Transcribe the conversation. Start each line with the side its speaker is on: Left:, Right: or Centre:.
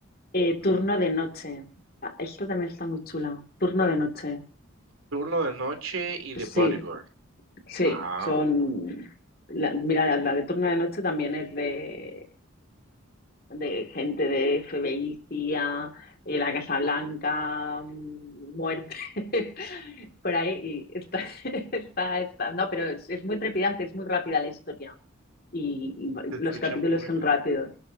Left: Eh,
Right: ujú.
Left: turno de noche. Ah, Esta también está muy chula. Turno de noche.
Right: Turno de noche y
Left: Sí,
Right: de bodyguard.
Left: sí,
Right: Ah,
Left: son...
Right: oh,
Left: la- mira, la, la de turno de noche también es de, de gente de FBI, CIA, eh, la Casa Blanca, mm, muerte, <laughs> por ahí. Y está, <laughs> está, está- No, pero es, es muy trepidante, es muy rápida la historia. Y, y
Right: se escucha
Left: los capítulos
Right: muy buena.
Left: son rápidos.